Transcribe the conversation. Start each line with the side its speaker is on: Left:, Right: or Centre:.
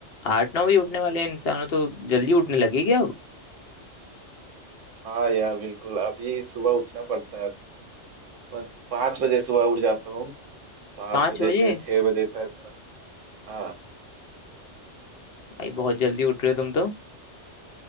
Left: आठ नौ बजे उठने वाले इंसान हो तो जल्दी उठने लगे क्या
Right: हाँ यार बिल्कुल अभी सुबह उठना पड़ता है बस पाँच बजे सुबह उठ जाता हूँ पाँच
Left: पाँच
Right: बजे
Left: बजे
Right: से छह बजे तक हाँ
Left: भाई बहुत जल्दी उठ रहे हो तुम तो